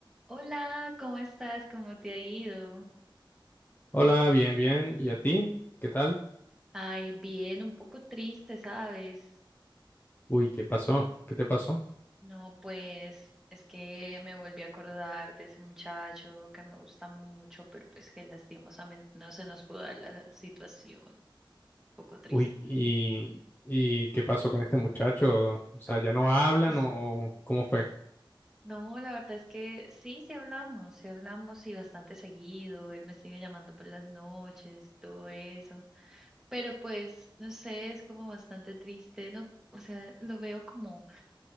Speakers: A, in the centre; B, on the left.
A: Hola, ¿cómo estás? ¿Cómo te ha ido?
B: Hola, bien, bien. ¿Y a ti? ¿Qué tal?
A: Ay, bien, un poco triste, ¿sabes?
B: Uy, ¿qué pasó? ¿Qué te pasó?
A: No, pues es que me volví a acordar de ese muchacho que me gusta mucho, pero pues que lastimosamente no se nos pudo dar la situación. Un poco triste.
B: Uy, ¿y, y qué pasó con este muchacho? O sea, ¿ya no hablan
A: <clears throat>
B: o cómo fue?
A: No, la verdad es que sí, sí hablamos, sí hablamos y bastante seguido. Él me sigue llamando por las noches y todo eso. Pero pues, no sé, es como bastante triste, ¿no? O sea, lo veo como